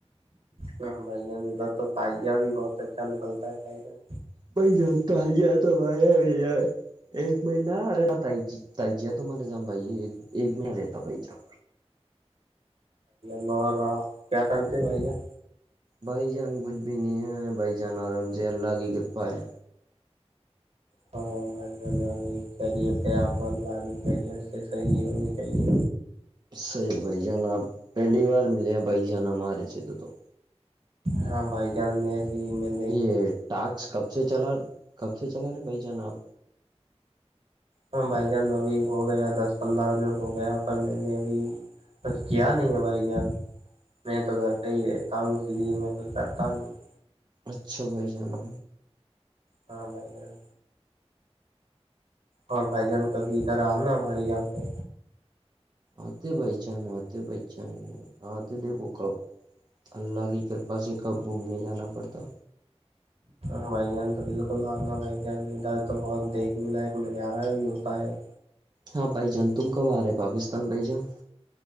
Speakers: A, on the right; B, on the right.
A: ہاں بھائی جان ادھر تو تجیا بھی بہت اچھا نکلتا ہے بھائی جان
B: <unintelligible> ایک مہین رہتا تی تجییا تو مارے جام بھائی ایک مہین رہتا ہے بھائی جان
A: بھ اور آپ کیا کرتے بھائی جان
B: بھائی جان کچھ بھی نہیں ہے بھائی جان آرام سے اللہ کی کرپا ہے
A: ہاں م کیر تھ آپ لی کیریئر سے صحیح ہونی چاہیے
B: صحیح بھائی جان آپ پہلی بار ملے ہیں بھائی جان ہمارے سے تو
A: ہاں بھائی جان ایسے ھی مل
B: یہ ٹاسک کب سے چلا کب سے چلا رہا ہے بھائی جان آپ
A: ہاں بھائی جان ابھی ہو گیا دس پندرہ دن ہو گیا پھر میں نے ابھی کچھ کیا نہیں ہے بھائی جان میں تو گھر پہ ہی رہتا ہوں اس لیے میں کچھ کرتا نہیں ہوں
B: اچھا بھائی جانا
A: ہاں بھائی جان اور بھائی جان کبھی ادھر آؤ نا ہمارے یہاں پہ
B: آتے بھائی چان آتے بھائی چان آتے دیکھو کب اللہ کے کی کرپا سے کب گھومنے جانا پڑتا
A: ہ بھائی جان تو بالکل آنا بھائی جان ادھر تو بہت دیکھنے لائق نظارہ بھی ہوتا ہے
B: ہاں بھائی جان تم کب آ رہے پاکستان بھائی جان